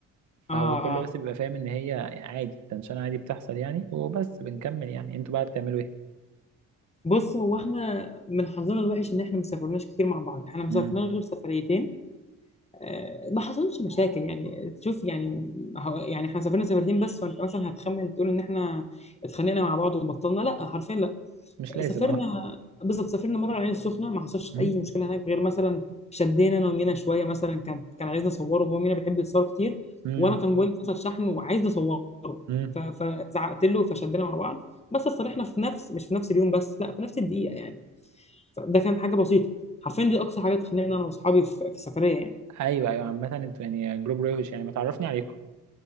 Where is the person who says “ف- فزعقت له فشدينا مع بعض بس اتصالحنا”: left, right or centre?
Left